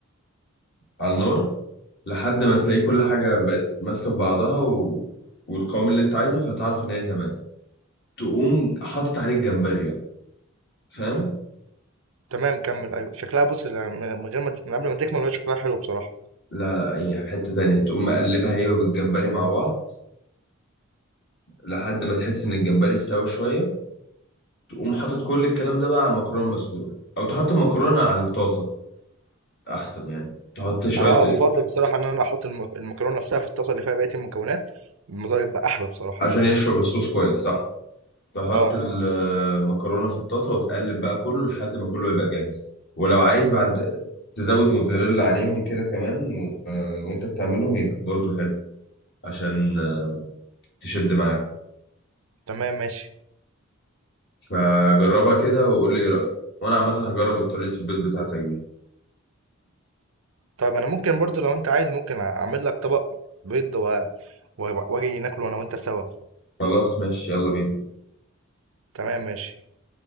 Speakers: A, on the left; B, on the right.
A: على النار لحد ما تلاقي كل حاجة بقت ماسكة في بعضها و... والقوام اللي انت عايزه فتعرف ان هي تمام تقوم حاطط عليه الجمبري بقى فاهم
B: تمام كمل ايوه شكلها بص لا- من غير ما ت- من قبل ما تكمل هو شكلها حلو بصراحه
A: لا لا هي في حتة تانية تقوم مقلبها هي والجمبري مع بعض لحد ما تحس ان الجمبري استوى شوية تقوم حاطط كل الكلام ده بقى على المكرونة المسلوقة او تحط المكرونة على الطاسة احسن يعني تحط شوية
B: انا اه بفضل بصراحه ان انا احط الم- المكرونه نفسها في الطاسه اللي فيها بقيه المكونات الموضوع بيبقى احلى بصراحه
A: عشان يشرب الصوص كويس صح تحط
B: اه
A: المكرونة في الطاسة وتقلب بقى كله لحد ما كله يبقى جاهز ولو عايز بعد تزود موتزاريلا عليهم كده كمان و- آه، وانت بتعملهم يبقى برضو حلو عشان آه، تشد معاك
B: تمام ماشي
A: فجربها كده وقول لي ايه رأيك وانا عامة هجرب طريقة البيض بتاعتك دي
B: طيب انا ممكن برضو لو انت عايز ممكن اعمل لك طبق بيض و- و- واجي ناكله انا وانت سوا
A: خلاص ماشي يلا بينا
B: تمام ماشي